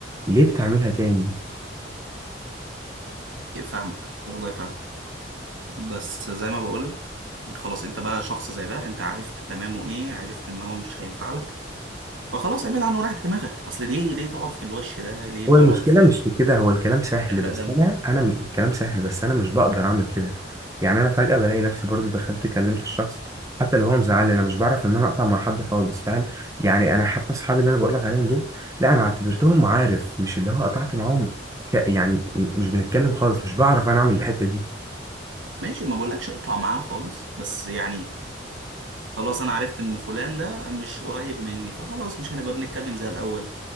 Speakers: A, on the right; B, on the right.
A: ليه بتعملها تاني
B: فاهمك والله فاهمك بس زي ما بقولك خلاص انت بقى شخص زي ده انت عرفت تمامه ايه عرفت ان هو مش هينفع لك فخلاص ابعد عنه وراح دماغك اصل ليه ليه تقعد في الوش ده ليه تقعد
A: هو المشكلة
B: في
A: مش في كده هو الكلام سهل
B: تحرق
A: بس
B: دم
A: أنا أنا م- الكلام سهل بس أنا مش بقدر أعمل كده يعني أنا فجأة بلاقي نفسي برضو دخلت كلمت الشخص حتى لو هو مزعلني أنا مش بعرف إن أنا أقطع مع حد خالص فاهم يعني أنا حتى أصحابي اللي أنا بقول لك عليهم دول لا أنا اعتبرتهم معارف مش اللي هو قطعت معاهم ك... يعني م- مش بنتكلم خالص مش بعرف أنا أعمل الحتة دي
B: ماشي ما بقولكش اقطع معاه خالص بس يعني خلاص انا عرفت ان فلان ده مش قريب مني فخلاص مش هنبقى بنتكلم زي الاول